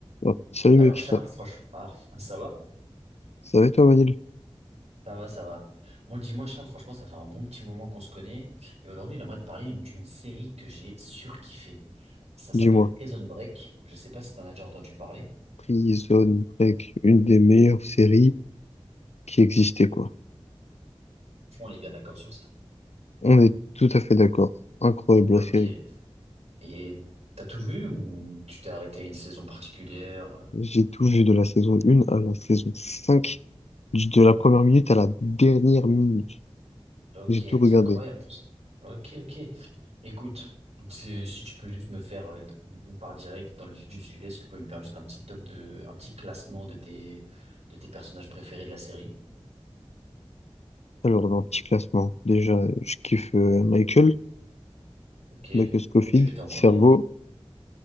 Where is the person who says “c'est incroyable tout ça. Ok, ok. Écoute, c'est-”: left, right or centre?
Right